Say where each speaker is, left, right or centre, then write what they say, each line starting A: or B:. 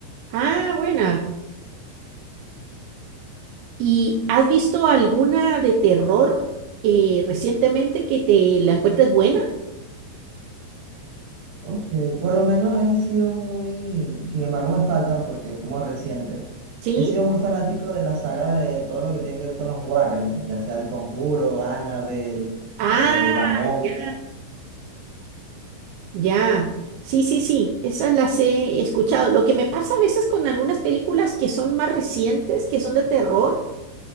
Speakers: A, on the right; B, on the right.
A: Ah, buena. ¿Y has visto alguna de terror eh, recientemente que te la encuentres buena?
B: Ok, por lo menos he sido muy, sin embargo me faltan porque es como reciente,
A: Sí.
B: he sido muy fanático de la saga de todo lo que tiene que ver con los Warren, ya sea El Conjuro, Annabelle,
A: Ah,
B: eh, La Monja.
A: ya. Ya, sí, sí, sí, esas las he escuchado. Lo que me pasa a veces con algunas películas que son más recientes, que son de terror,